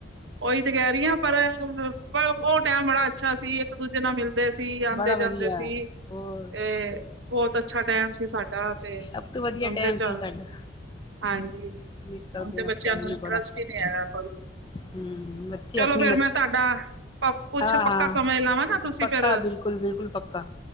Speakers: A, on the right; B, on the left.
A: ਉਹੀ ਤੇ ਕਹਿ ਰਹੀ ਹਾਂ ਪਰ ਹੁਣ, ਪਰ ਉਹ ਟਾਈਮ ਬੜਾ ਅੱਛਾ ਸੀ ਇੱਕ ਦੂਜੇ ਨਾਲ ਮਿਲਦੇ ਸੀ। ਸੀ ਆਦੇ
B: ਬੜਾ
A: ਜਾਂਦੇ
B: ਵਧੀਆ
A: ਸੀ ਤੇ
B: ਹੋਰ
A: ਬਹੁਤ ਅੱਛਾ ਟਾਈਮ ਸੀ ਸਾਡਾ ਤੇ
B: ਸਭ ਤੋਂ ਵਧੀਆ
A: ਹੁਣ
B: ਟਾਈਮ
A: ਤੇ ਚੱਲ
B: ਸੀ ਸਾਡਾ।
A: ਹਾਂਜੀ ਹੁਣ
B: ਮਿਸ ਕਰਦੇ
A: ਤੇ
B: ਆ ਉਸ
A: ਬੱਚਿਆਂ
B: ਟਾਈਮ
A: ਨੂੰ ਇੰਟਰਸਟ
B: ਬੜਾ
A: ਹੀ ਨੀ ਹੈਗਾ ਕੋਈ।
B: ਹੂੰ ਬੱਚੇ
A: ਚਲੋ
B: ਆਪਣੀ
A: ਫੇਰ ਮੈਂ ਤੁਹਾਡਾ ਆ
B: ਹਾਂ
A: ਕੁਛ ਪੱਕਾ
B: ਹਾਂ
A: ਸਮਝ ਲਾਵਾਂ ਨਾ ਤੁਸੀਂ
B: ਪੱਕਾ
A: ਫੇਰ,
B: ਬਿਲਕੁਲ ਬਿਲਕੁਲ ਪੱਕਾ